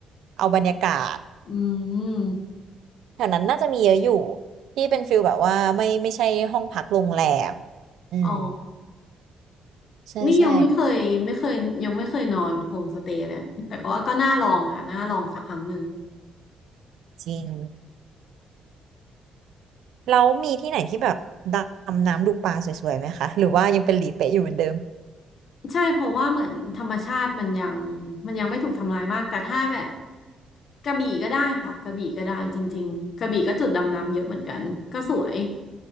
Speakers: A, on the right (about 70°); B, on the left (about 40°).
A: เอาบรรยากาศ
B: อืม
A: แถวนั้นน่าจะมีเยอะอยู่ ที่เป็นฟิลแบบว่าไม่ไม่ใช่ห้องพักโรงแรมอืม
B: อ๋อ
A: ใช่ใช่
B: นี่ยังไม่เคยไม่เคยยังไม่เคยนอนโฮมสเตย์เลยแต่ก็ว่าก็น่าลองค่ะน่าลองสักครั้งหนึ่ง
A: จริง แล้วมีที่ไหนที่แบบดำน้ำดูปลาสวยๆไหมคะหรือว่ายังเป็นหลีเป๊ะอยู่เหมือนเดิม
B: ใช่เพราะว่าเหมือนธรรมชาติมันยังมันยังไม่ถูกทำลายมากแต่ถ้าแบบกระบี่ก็ได้ค่ะกระบี่ก็ได้จริงๆกระบี่ก็จุดดำน้ำเยอะเหมือนกันก็สวย